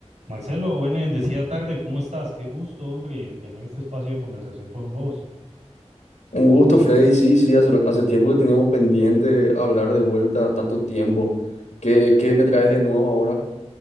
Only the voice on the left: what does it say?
Un gusto, Freddy. Sí, sí, hace, hace tiempo que teníamos pendiente hablar de vuelta tanto tiempo. ¿Qué, qué me traes de nuevo ahora?